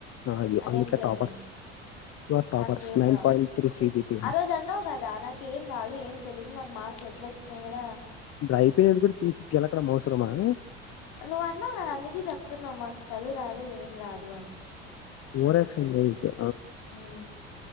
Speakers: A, on the left (about 45°); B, on the left (about 70°).
A: ఆ,
B: unemployment
A: అందుకే toppers you are toppers
B: మాకేం
A: నైన్
B: రాద్
A: పాయింట్ త్రీ సిజిపి
B: ఆ రోజు అన్నావ్ కదా నాకు ఏం రాదు ఏం తెలీదు నాకు మార్క్ ఎట్ల వచ్చినాయ్ గుడా
A: ఇప్పుడు అయిపోయినది కూడ తీసి గెలకడం అవసరమానే
B: నువ్ అన్నావు కదా అందుకే చెప్తున్నా మాకు చదువు రాదు ఏం రాదు. వని
A: ఓవర్ యాక్షన్ చెయ్యదు
B: హుమ్